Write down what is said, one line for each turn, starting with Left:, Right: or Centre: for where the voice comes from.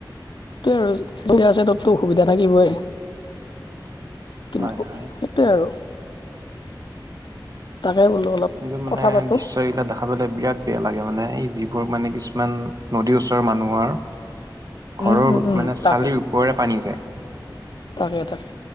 Left: সেইটোৱে আৰু যেতিয়া আছে তততো অসুবিধা থাকিবই,
Right: হয়
Left: কিন্তু
Right: হয়।
Left: সেইটোৱে আৰু। তাকে বোলো অলপ
Right: কিন্তু মানে
Left: কথা পাতো
Right: দৃশ্যবিলাক দেখা দেখা পালে বিৰাট বেয়া লাগে, মানে এই যিবোৰ মানে কিছুমান নদীৰ ওচৰৰ মানুহৰ ঘৰৰ
Left: উম উম উম
Right: মানে চালিৰ
Left: তাকে
Right: ওপৰেৰে পানী যায়।
Left: তাকে, তাকে।